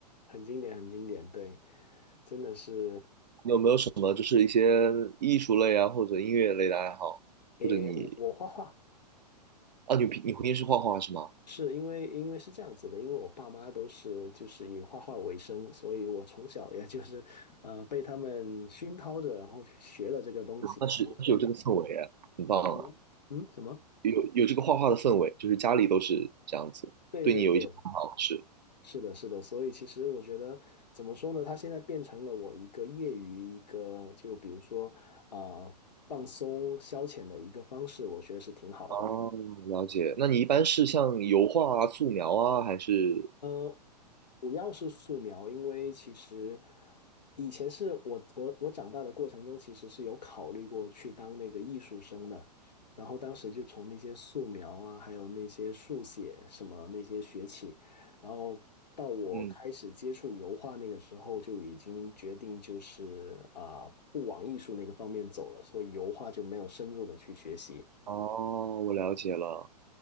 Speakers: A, on the left; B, on the right.
A: 很经典，很经典，对，真的是，
B: 你有没有什么就是一些艺术类啊，或者音乐类的爱好？
A: 诶，
B: 或者你
A: 我我画画
B: 啊，你平你平时画画是吗？
A: 是因为因为是这样子的，因为我爸妈都是就是以画画为生，所以我从小也就是呃被他们熏陶着，然后学了这个东西，
B: 那是那是有这个氛围啊，
A: 然后现在就
B: 很棒啊，
A: 什么嗯什么。
B: 有有这个画画的氛围，就是家里都是这样子，
A: 对对对，
B: 对你有一些看法是。
A: 是的，是的，所以其实我觉得怎么说呢？它现在变成了我一个业余一个，就比如说啊、呃放松消遣的一个方式，我觉得是挺好的。
B: 哦，了解。那你一般是像油画啊、素描啊，还是
A: 呃，主要是素描，因为其实以前是我我我长大的过程中，其实是有考虑过去当那个艺术生的，然后当时就从那些素描啊，还有那些速写什么那些学起，然后到我开始接触油画那个时候，
B: 嗯？
A: 就已经决定就是啊、不往艺术那个方面走了，所以油画就没有深入的去学习。
B: 哦，我了解了。